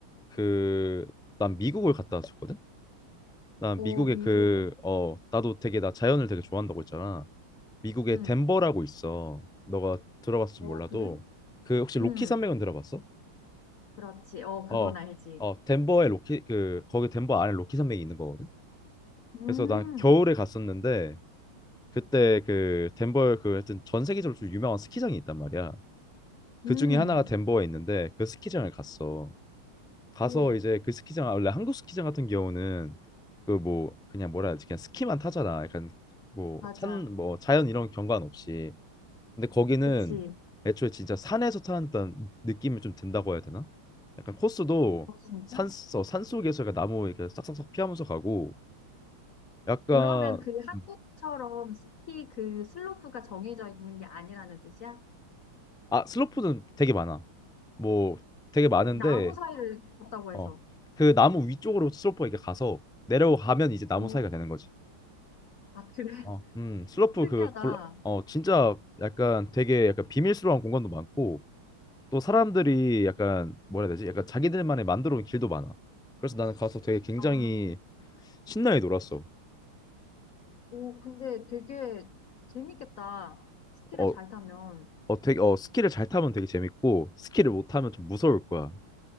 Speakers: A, in the centre; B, on the left.
A: 그 난 미국을 갔다 왔었거든. 난
B: 오,
A: 미국의
B: 미국.
A: 그 어 나도 되게 나 자연을 되게 좋아한다고 했잖아. 미국의
B: 응.
A: 덴버라고 있어. 너가 들어봤을지
B: 어,
A: 몰라도
B: 그래?
A: 그 혹시 로키
B: 응,
A: 산맥은 들어봤어?
B: 그렇지. 어, 그건
A: 어,
B: 알지.
A: 어 덴버에 로키 그 거기 덴버 안에 로키 산맥이 있는 거거든.
B: 음,
A: 그래서 난 겨울에 갔었는데 그때 그 덴버에 그 하여튼 전 세계적으로 좀 유명한 스키장이 있단 말이야. 그
B: 음,
A: 중에 하나가 덴버에 있는데 그 스키장을 갔어. 가서
B: 오,
A: 이제 그 스키장 원래 한국 스키장 같은 경우는 그 뭐 그냥 뭐라 해야 되지 그냥 스키만 타잖아. 약간 뭐
B: 맞아.
A: 산 뭐 자연 이런 경관 없이 근데 거기는
B: 그치.
A: 애초에 진짜 산에서 타는다 느낌이 좀 든다고 해야 되나? 약간 코스도
B: 어, 진짜?
A: 산, 어, 산 속에서 약간 나무 이렇게 싹싹싹 피하면서 가고 약간
B: 그러면 그 한국처럼
A: 음.
B: 숲히그 슬로프가 정해져 있는 게 아니라는 뜻이야?
A: 아 슬로프는 되게 많아. 뭐 되게 많은데
B: 그 나무 사이를 걷다고 해서.
A: 어 그 나무 위쪽으로 슬로프가 이렇게 가서 내려가면 이제 나무
B: 어,
A: 사이가 되는 거지.
B: 아, 그래? <laughs>
A: 어, 음, 슬로프
B: 특이하다.
A: 그, 골라- 어, 진짜 약간 되게 약간 비밀스러운 공간도 많고 또 사람들이 약간 뭐라 해야 되지? 약간 자기들만의 만들어 온 길도 많아. 그래서 나는 가서 되게 굉장히
B: 아,
A: 신나게 놀았어.
B: 오, 근데 되게 재밌겠다. 스키를
A: 어,
B: 잘 타면.
A: 어, 되게, 어, 스키를 잘 타면 되게 재밌고, 스키를 못 타면 좀 무서울 거야.